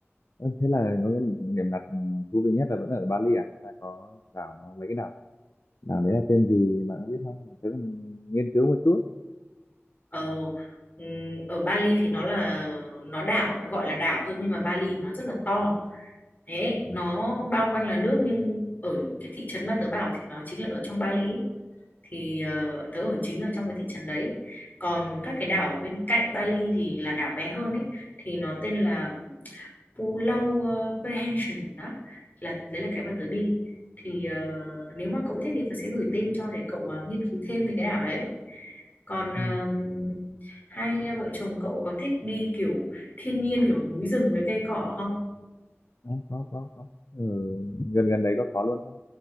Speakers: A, on the left; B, on the left.
A: ừ, thế là có cái điểm đặt thú vị nhất là vẫn ở Bali à hay là có đảo nó mấy cái đảo đảo đấy là tên gì bạn có biết không tớ cũng nghiên cứu một chút
B: Ờ, ừm, ở Bali thì nó là nó đảo gọi là đảo thôi nhưng mà Bali nó rất là to thế
A: Ừ.
B: nó bao quanh là nước nhưng ở cái thị trấn mà tớ bảo thì nó chính là ở trong Bali ấy. thì ờ, tớ ở chính ở trong cái thị trấn đấy còn các cái đảo bên cạnh Bali thì là đảo bé hơn ấy thì nó tên là Pulau ờ, Prehension đó là đấy là cái mà tớ đi thì ờ, nếu mà cậu thích thì tớ sẽ gửi tên cho để cậu ờ, nghiên cứu thêm về cái đảo đấy còn ờ,
A: Ừ.
B: Hai à, vợ chồng cậu có thích đi kiểu thiên nhiên kiểu núi rừng với cây cỏ không?
A: có có có có ừ, gần gần đấy có có luôn không